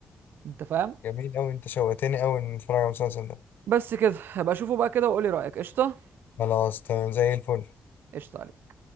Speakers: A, on the right; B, on the left.
A: انت فاهم
B: جميل قوي انت شوقتني قوي ان اتفرج على المسلسل ده
A: بس كده هبقى اشوفه بقى كده وقولي رأيك قشطة
B: خلاص تمام زي الفل
A: قشطة عليك